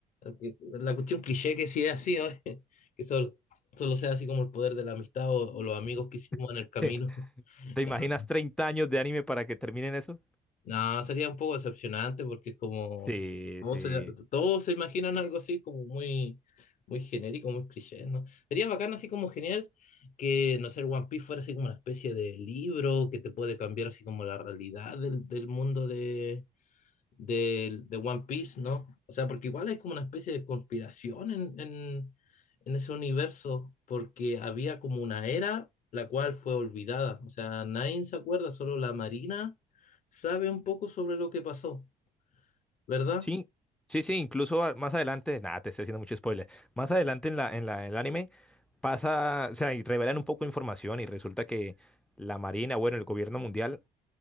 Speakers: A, on the left; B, in the centre.
A: Que- La cuestión cliché que sí es así, ¿no? <laughs> Que solo, solo sea así como el poder de la amistad o, o los amigos que hicimos en
B: <laughs>
A: el camino. <laughs>
B: ¿Te imaginas 30 años de anime para que terminen eso?
A: No, sería un poco decepcionante porque es como
B: Sí,
A: todos
B: sí.
A: se, todos se imaginan algo así como muy, muy genérico, muy cliché, ¿no? Sería bacán así como genial que, no sé, el One Piece fuera así como una especie de libro que te puede cambiar así como la realidad del, del mundo de, de, de One Piece, ¿no? O sea, porque igual hay como una especie de conspiración en, en, en ese universo, porque había como una era la cual fue olvidada. O sea, nadie se acuerda, solo la Marina sabe un poco sobre lo que pasó, ¿verdad?
B: Sí, sí, sí, incluso a- más adelante, nada, te estoy haciendo mucho spoiler. Más adelante en la, en la, en el anime pasa, o sea, y revelan un poco de información y resulta que la Marina, bueno, el gobierno mundial,